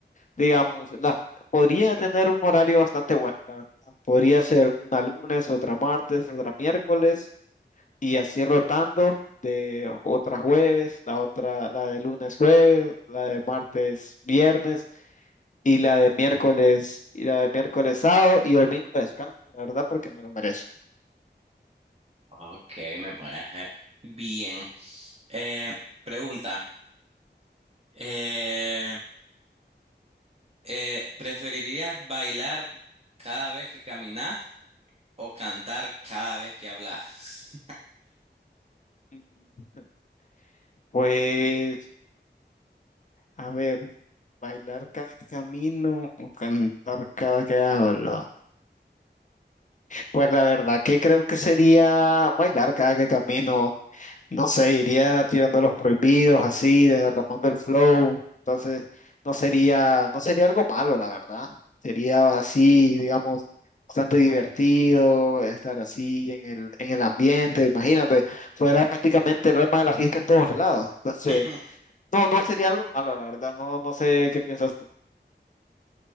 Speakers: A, on the left (about 45°); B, on the right (about 35°).
A: digamos, la, podría tener un horario bastante bueno, la verdad. Podría ser una lunes, otra martes, otra miércoles. y así rotando de otra jueves, la otra, la de lunes jueves, la de martes viernes y la de miércoles y la de miércoles sábado y domingo descanso, la verdad, porque me lo merezco.
B: Ok, me parece Bien. Eh, pregunta. Eh, eh, ¿preferirías bailar cada vez que caminas o cantar cada vez que hablas?
A: Mm, Pues, a ver, bailar cada camino o cantar cada que hablo. Pues la verdad que creo que sería bailar cada que camino No sé, iría tirando los prohibidos así, de Ramón del Flow. Entonces, no sería, no sería algo malo, la verdad. Sería así, digamos, bastante divertido estar así en el, en el ambiente. Imagínate, fuera prácticamente el alma de la fiesta en todos lados. Entonces,
B: <laughs>
A: no, no sería algo malo, la verdad. No, no sé qué piensas tú.